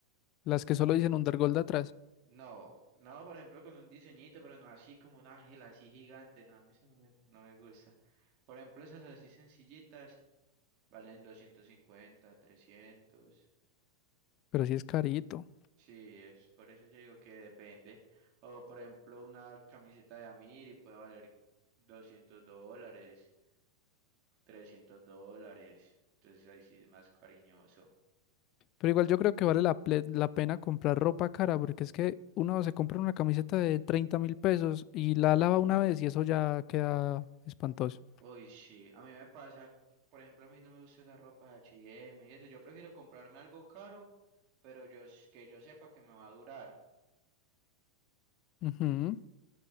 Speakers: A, on the left; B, on the right.
A: Las que solo dicen Undergold atrás.
B: No, no, por ejemplo con un diseñito, pero no así como un ángel así gigante, no, a mí eso no me, no me gusta. Por ejemplo esas así sencillitas valen 250 trescientos
A: pero sí es carito.
B: Sí, es por eso yo digo que depende. O por ejemplo una camiseta de Amiri puede valer 200 dólares. trescientos dólares. Entonces ahí sí es más cariñoso.
A: Pero igual yo creo que vale la, ple- la pena comprar ropa cara, porque es que uno se compra una camiseta de treinta mil pesos y la lava una vez y eso ya queda espantoso.
B: Uy, sí, a mí me pasa, por ejemplo, a mí no me gusta esa ropa de H&M y M y eso. Yo prefiero comprarme algo caro, pero yo s- que yo sepa que me va a durar.
A: Ujú,